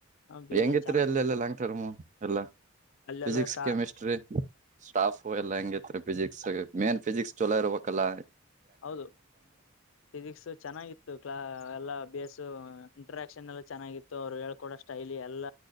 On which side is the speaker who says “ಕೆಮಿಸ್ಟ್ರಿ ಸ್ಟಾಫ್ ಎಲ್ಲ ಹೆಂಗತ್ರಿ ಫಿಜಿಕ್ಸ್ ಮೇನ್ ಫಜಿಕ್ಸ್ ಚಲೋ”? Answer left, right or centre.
Right